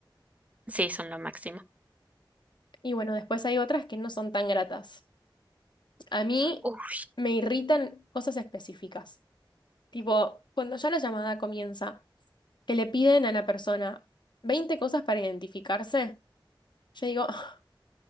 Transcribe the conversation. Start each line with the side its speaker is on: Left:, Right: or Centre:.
Right: Sí, son lo máximo.
Left: Y bueno, después hay otras que no son tan gratas. A mí
Right: Uf,
Left: me irritan cosas específicas. Tipo, cuando ya la llamada comienza, que le piden a la persona 20 cosas para identificarse, yo digo, <laughs> "Ah,